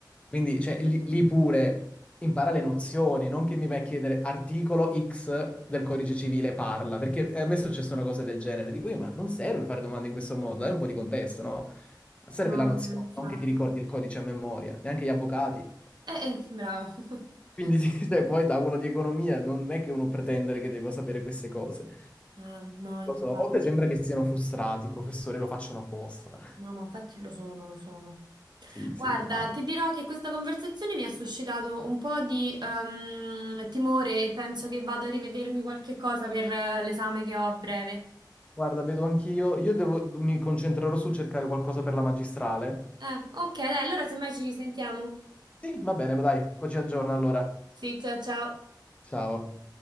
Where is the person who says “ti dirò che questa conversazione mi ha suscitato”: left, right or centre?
Right